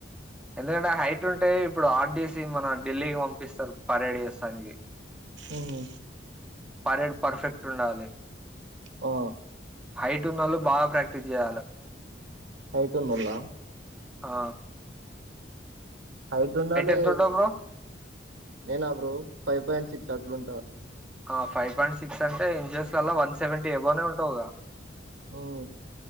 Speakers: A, in the centre; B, on the right.
A: ఎందుకంటే హైట్ ఉంటే ఇప్పుడు ఆర్ డి సి మన ఢిల్లీకి పంపిస్తారు పరేడు ఏస్తానికి
B: ఉహు.
A: పరేడు పర్ఫెక్ట్ ఉండాలి
B: ఆ
A: హైట్ ఉన్నోళ్ళు బాగా ప్రాక్టీస్ చేయాల
B: హయిటొన్నల్లా
A: ఆ
B: హైట్ ఉండాలి
A: ఎంతుంటావు బ్రో?
B: నేను అ బ్రో ఫైవ్ పాయింట్ సిక్స్ అట్లుంటా
A: ఆ ఫైవ్ పాయింట్ సిక్స్ అంటే ఇంజెన్స్లలా వన్ సెవెంటీ ఏబోనే ఉంటావుగా
B: ఓహో